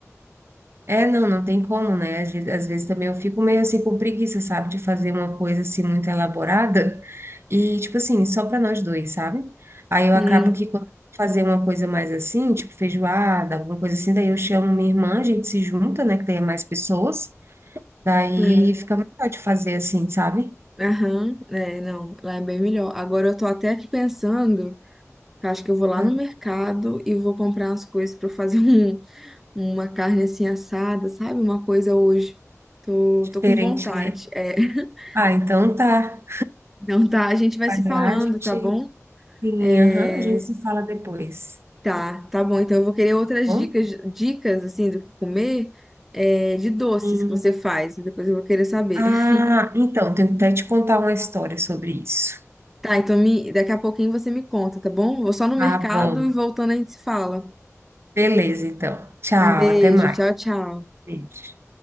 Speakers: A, on the right (about 50°); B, in the centre.
A: É, não, não tem como, né? Às vezes, às vezes também eu fico meio assim com preguiça, sabe, de fazer uma coisa assim muito elaborada e tipo assim, só para nós dois, sabe? Aí eu
B: Sim,
A: acabo que quando eu fazer uma coisa mais assim, tipo feijoada, alguma coisa assim, daí eu chamo minha irmã, a gente se junta, né, que daí é mais pessoas, daí
B: sim.
A: fica melhor de fazer assim, sabe?
B: Aham, é, não, lá é bem melhor. Agora eu tô até aqui pensando. Eu Acho que eu vou lá
A: Ah,
B: no mercado e vou comprar umas coisas pra eu fazer <laughs> um, uma carne assim assada, sabe? Uma coisa hoje. Tô,
A: Diferente,
B: tô com vontade.
A: né?
B: É. <laughs>
A: Ah, então tá.
B: Então tá, a gente vai
A: Vai
B: se
A: lá,
B: falando,
A: a gente,
B: tá bom?
A: sim,
B: É,
A: aham, a gente se fala depois,
B: tá, tá bom. Então eu vou querer outras
A: tá bom?
B: dicas, dicas assim do que comer, é, de doces
A: Sim.
B: que você faz. né? Depois eu vou querer saber.
A: Ah,
B: <laughs>
A: então, tenho que até te contar uma história sobre isso.
B: Tá, então me, daqui a pouquinho você me conta, tá bom? Vou só no
A: Tá
B: mercado
A: bom.
B: e voltando a gente se fala.
A: Beleza, então. Tchau,
B: Um beijo,
A: até mais.
B: tchau, tchau.
A: Beijo.